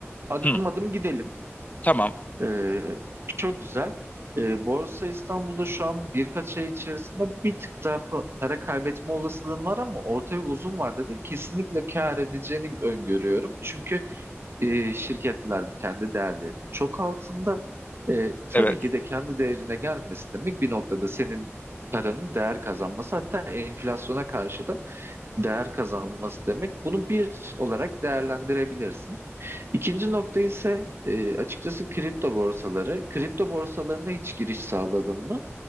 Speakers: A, on the right; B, on the left.
A: adım
B: Hı,
A: adım gidelim.
B: tamam
A: Ee, çok güzel. Ee, Borsa İstanbul'da şu an birkaç ay içerisinde bir tık daha pa- para kaybetme olasılığın var ama orta ve uzun vadede kesinlikle kâr edeceğini öngörüyorum. Çünkü e, şirketlerin kendi değerlerinin çok altında. E, tabii
B: evet.
A: ki de kendi değerine gelmesi demek bir noktada senin paranın değer kazanması hatta enflasyona karşı da değer kazanması demek. Bunu bir olarak değerlendirebilirsin. İkinci nokta ise e, açıkçası kripto borsaları. Kripto borsalarına hiç giriş sağladın mı?